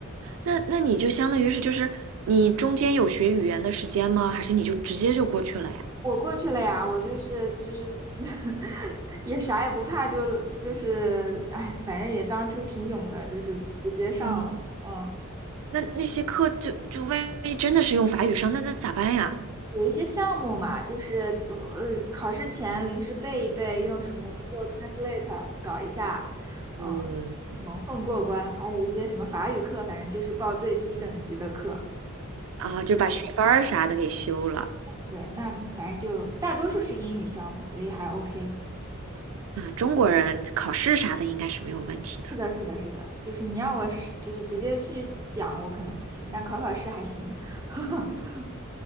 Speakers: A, on the right; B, on the right.
A: 那那你就相当于是就是你中间有学语言的时间吗？还是你就直接就过去了呀？
B: 我过去了呀，我就是就是 <laughs> 也啥也不怕就，就是哎，反正也当初挺勇的，就是直接上了，
A: 哦，
B: 嗯。
A: 那那些课就就万一真的是用法语上，那那咋办呀？
B: 有一些项目嘛，就是走呃考试前临时背一背，用什么 Google Translate 搞一下，
A: 嗯，
B: 嗯，蒙混过关。还有一些什么法语课，反正就是报最低等级的课。
A: 啊，就把学分儿啥的给修了
B: 对，那反正就大多数是英语项目，所以还 OK。
A: 啊。中国人考试啥的应该是没有问题的。
B: 是的，是的，就是你让我是就是直接去讲，我可能不行，但考考试还行。<laughs>